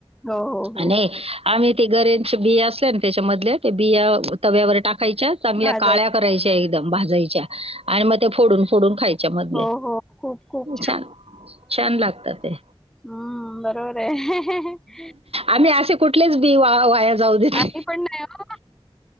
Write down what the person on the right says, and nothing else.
आणि आम्ही ते गरेच्या बिया असल्या ना त्याच्यामधल्या ते बिया तव्यावर टाकायच्या चांगल्या
काळ्या करायच्या एकदम भाजायच्या आणि मग ते फोडून फोडून खायच्या मधले
छान छान लागतात ते
आम्ही असे कुठलेच बी वा वाया जाऊ देत